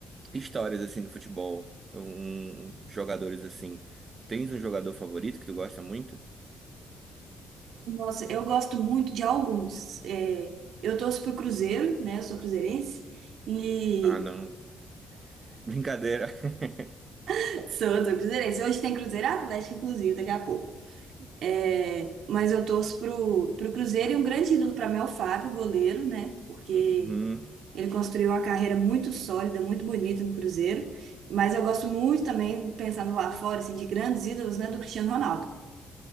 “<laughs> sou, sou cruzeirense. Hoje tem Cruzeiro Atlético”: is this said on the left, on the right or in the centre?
Right